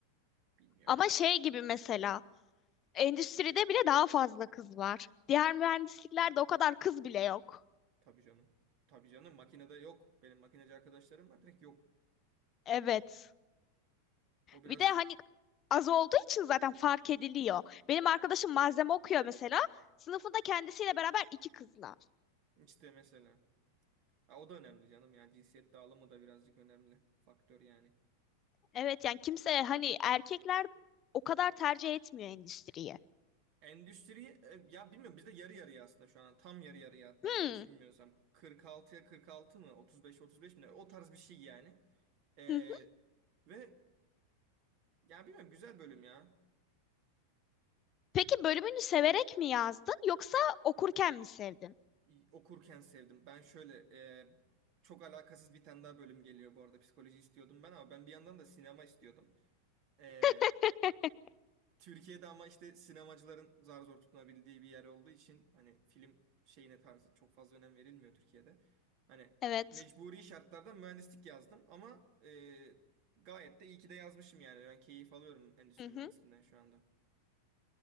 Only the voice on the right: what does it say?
bilmiyorum
ya.
Tabii canım. Tabii canım makinede yok. Benim makineci arkadaşlarım var direkt yok.
O biraz
işte mesela. Ha, o da önemli canım ya. Cinsiyet dağılımı da birazcık önemli faktör yani.
Endüstriyi e, ya bilmiyorum bizde yarı yarıya aslında şu an tam yarı yarıya hatta
yanlış bilmiyorsam 46'ya 46 mı 35'e 35 mi ne? o tarz bir şey yani. E,
ve ya bilmiyorum güzel bölüm ya.
İ- Okurken sevdim. Ben şöyle e, çok alakasız bir tane daha bölüm geliyor bu arada psikoloji istiyordum ben ama ben bir yandan da sinema istiyordum. E,
Türkiye'de ama işte sinemacıların zar zor tutunabildiği bir yer olduğu için hani film şeyine tarzı çok fazla önem verilmiyor Türkiye'de. Hani
mecburi şartlardan mühendislik yazdım ama e, gayet de iyi ki de yazmışım yani. Ben keyif alıyorum endüstri
mühendisliğinden şu anda.